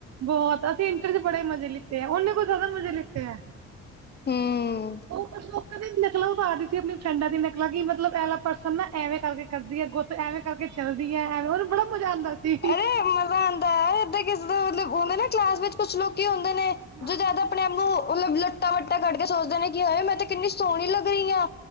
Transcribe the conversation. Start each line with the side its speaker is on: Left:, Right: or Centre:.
Right: ਬਹੁਤ ਅਸੀਂ ਇੰਟਰ ਚ ਬੜੇ ਮਜ਼ੇ ਲਿਤੇ ਆ, ਉਹਨੇ ਕੋਈ ਜ਼ਿਆਦਾ ਮਜੇ ਲਿਤੇ ਆ
Left: ਹੂੰ।
Right: ਉਹ <unintelligible> ਕਦੇ ਨਕਲਾ ਉਤਾਰ ਰਹੀ ਸੀ, ਅਪਨੀ ਫਰੈਂਡਾਂ ਦੀ ਨਕਲਾਂ ਕਿ ਮਤਲਬ ਐ ਲਾ ਪਰਸਨ ਨਾ ਐਵੇਂ, ਕਰਕੇ ਕਰਦੀ ਹੈ ਗੁੱਤ ਐਵੇਂ ਕਰਕੇ ਚੱਲਦੀਆਂ ਐਵੇਂ ਉਹਨੂੰ ਬੜਾ ਮਜ਼ਾ ਆਂਦਾ ਸੀ।
Left: ਅਰੇ ਮਜ਼ਾ ਆਂਦਾ ਹੈ ਏਦਾਂ ਕਿਸੇ ਮਤਲਬ ੳਵੇ ਨਾ ਕਲਾਸ ਵਿੱਚ ਕੁਛ ਲੋਕੀ ਹੁੰ ਨੇ
Right: ਹਾਂ
Left: ਜੋ ਜਿਆਦਾ ਆਪਣੇ ਆਪ ਨੂੰ ਮਤਲਬ <unintelligible> ਵੱਡਾ ਕੱਢ ਕੇ ਸੋਚਦੇ ਨੇ ਕੀ ਹੋਏ ਮੈਂ ਤੇ ਕਿੰਨੀ ਸੋਹਣੀ ਲੱਗ ਰਹੀ ਆ,